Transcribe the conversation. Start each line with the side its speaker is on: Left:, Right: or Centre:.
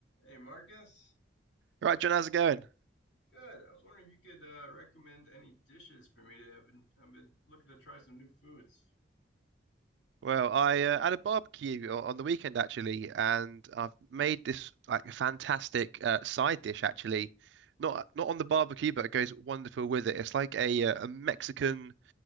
Left: Hey Marcus,
Right: Right, John, how's it going?
Left: good. I was wondering if you could uh, recommend any dishes for me today. I've been I've been looking to try some new foods.
Right: Well, I uh, had a barbecue o- on the weekend actually, and I've made this like fantastic uh, side dish actually. Not not on the barbecue, but it goes wonderful with it. It's like a uh, a Mexican